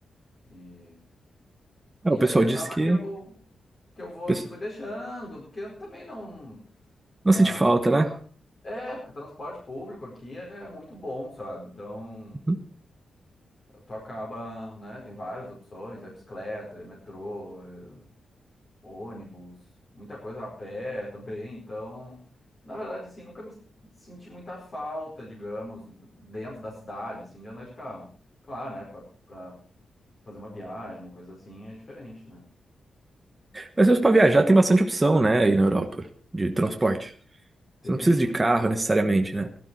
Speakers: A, on the left (about 30°); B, on the right (about 20°).
A: E,
B: Ah,
A: e
B: o pessoal
A: aí acaba
B: disse que
A: que eu, que eu vou,
B: pesso-
A: fui deixando, porque eu também não... ah,
B: não sente falta, né?
A: é, porque transporte público aqui é muito bom, sabe? Então...
B: Uhum.
A: tu acaba, né? Tem várias opções, é bicicleta, é metrô, é ônibus, muita coisa a pé <laughs> também. Então, na verdade, assim, nunca me senti muita falta, digamos, dentro da cidade, assim, de andar de carro. Claro, né? Pra, pra fazer uma viagem, uma coisa assim, é diferente, né?
B: Mas mesmo pra viajar tem bastante opção, né, aí na Europa, de transporte.
A: Tem.
B: Você não precisa de carro necessariamente, né?